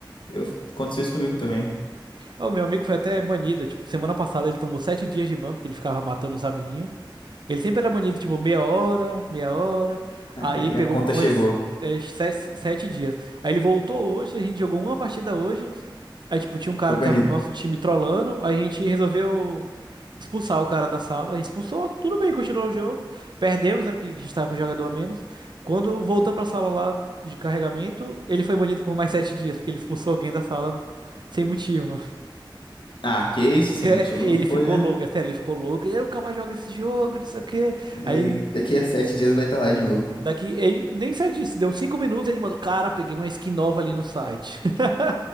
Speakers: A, on the left (about 75°); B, on the right (about 60°).
A: Eu, aconteceu isso comigo também.
B: Ah, O meu amigo foi até banido. Tipo, semana passada ele tomou sete dias de ban, porque ele ficava matando os amiguinhos. Ele sempre era banido, tipo, meia hora, meia hora.
A: <laughs>
B: Aí
A: Aí
B: pegou
A: a conta
B: mais,
A: chegou.
B: é, sete, sete dias. Aí ele voltou hoje, a gente jogou uma partida hoje. Aí, tipo, tinha um cara
A: Foi banido.
B: que tava no nosso time trollando. Aí a gente resolveu expulsar o cara da sala. Expulsou, tudo bem, continuou o jogo. Perdemos, né? Porque a gente tava com um jogador a menos. Quando voltou pra sala lá de carregamento, ele foi banido por mais sete dias, porque ele expulsou alguém da sala sem motivo. <laughs>
A: Ah, que isso, sem
B: É,
A: motivo
B: Ele
A: não foi,
B: ficou
A: né?
B: louco, é sério, ele ficou louco. Ele "Eu nunca mais joga esse jogo, não sei o quê. Aí
A: É, daqui a sete dias vai estar lá de novo.
B: Daqui, ele nem sei disso, deu cinco minutos, ele mandou, cara, peguei uma skin nova ali no site. <laughs>